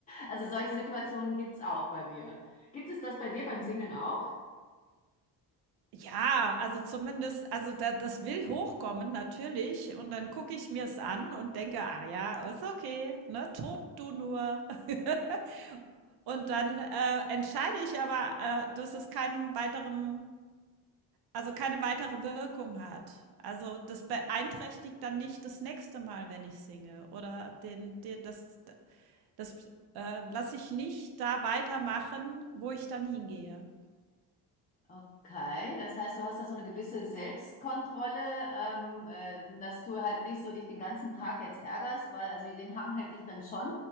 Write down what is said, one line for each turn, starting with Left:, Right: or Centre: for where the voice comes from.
Left: also solche Situationen gibt's auch bei mir. Gibt es das bei dir beim Singen auch?
Right: Ja, also zumindest also da das will hochkommen natürlich und dann gucke ich mir es an und denke: „Ach ja, ist okay, ne? Tob du nur.“ <laughs> Und dann, äh, entscheide ich aber, äh, dass es keinen weiteren Also, keine weitere Wirkung hat. Also, das beeinträchtigt dann nicht das nächste Mal, wenn ich singe oder den de das das, äh, lasse ich nicht da weitermachen, wo ich dann hingehe.
Left: Okay, das heißt, du hast da so eine gewisse Selbstkontrolle, ähm, äh, dass du halt nicht so dich den ganzen Tag jetzt ärgerst, weil also den Hang hätte ich dann schon,